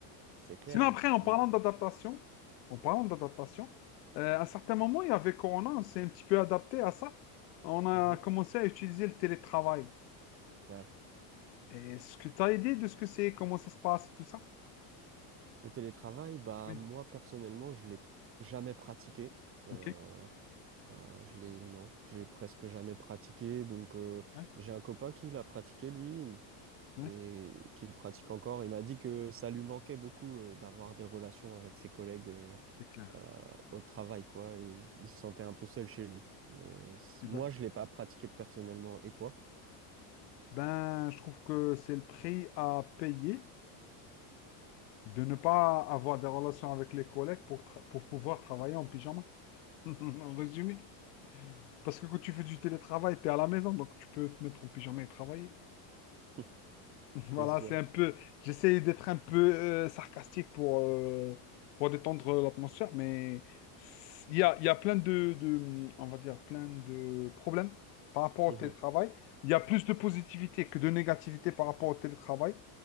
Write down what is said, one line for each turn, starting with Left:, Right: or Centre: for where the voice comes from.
Right: c'est clair.
Left: Sinon,
Right: hein.
Left: après, en parlant
Right: Mm.
Left: d'adaptation, en parlant d'adaptation, euh, à un certain moment, il y avait Corona, on s'est un petit peu adapté à ça. On a
Right: Mhm.
Left: commencé à utiliser le télétravail.
Right: Ouais.
Left: Et Est-ce que tu as idée de ce que c'est, comment ça se passe, tout ça?
Right: Le télétravail, bah,
Left: Oui,
Right: moi personnellement, je l'ai jamais pratiqué. Euh,
Left: ok.
Right: euh, je l'ai, non, j'ai presque jamais pratiqué. Donc, euh,
Left: Ouais,
Right: j'ai un copain qui l'a pratiqué, lui,
Left: ouais,
Right: et qu'il pratique encore. Il m'a dit que ça lui manquait beaucoup euh, d'avoir des relations avec ses collègues euh,
Left: c'est clair.
Right: euh, au travail, quoi. Et il se sentait un peu seul chez lui. Mais c-
Left: Je suis
Right: moi,
Left: d'accord.
Right: je l'ai pas pratiqué personnellement. Et toi?
Left: Ben, je trouve que c'est le prix à payer de ne pas avoir des relations avec les collègues pour, tra- pour pouvoir travailler en pyjama. <laughs> En résumé. Parce que quand tu fais du télétravail, tu es à la maison, donc tu peux te mettre en pyjama et travailler.
Right: <laughs>
Left: Voilà,
Right: C'est sûr.
Left: c'est un peu. J'essaie d'être un peu euh, sarcastique pour, euh, pour détendre l'atmosphère, mais il y a, il y a plein de, de, on va dire, plein de problèmes par rapport au
Right: Mhm.
Left: télétravail. Il y a plus de positivité que de négativité par rapport au télétravail.